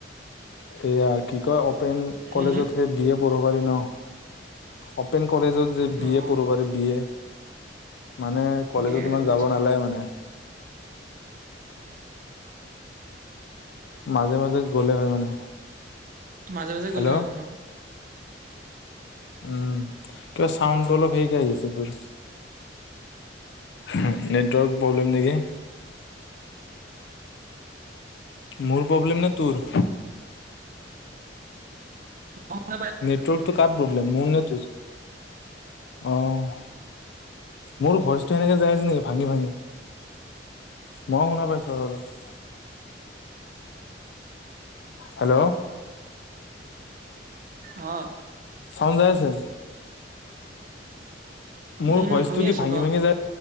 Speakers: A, on the left; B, on the right.
A: সেয়া কি কয় অপেন কলেজত
B: হুম, হুম,
A: সেই বি এ পঢ়িব পাৰি ন অপেন কলেজত যে বি
B: অ'।
A: এ পঢ়িব পাৰি বি এ মানে কলেজত
B: বি এ
A: ইমান
B: বুজিছো
A: যাব নালাগে মানে মাজে মাজে গ'লে হয় মানে
B: মাজে মাজে
A: হেল্ল'
B: গ'লে হ'ব ন
A: উম কিবা চাউণ্ডটো অলপ হেৰিকে আহি আছে তোৰ নেটৱৰ্ক প্ৰব্লেম নেকি মোৰ প্ৰব্লেম নে তোৰ।
B: <unintelligible>
A: নেটৱৰ্কটো কাৰ প্ৰব্লেম মোৰ নে তোৰ। অ'। মোৰো ভইচটো এনেকে যাই আছে নেকি ভাঙি ভাঙি। মই শুনা পাইছোঁ আৰু অলপ। হেল্ল'।
B: অ'।
A: চাউণ্ড যাই আছে। মোৰ
B: উম, উম,
A: ভইচটো
B: শুনি
A: কি
B: আছো
A: ভাঙি
B: ক।
A: ভাঙি যায়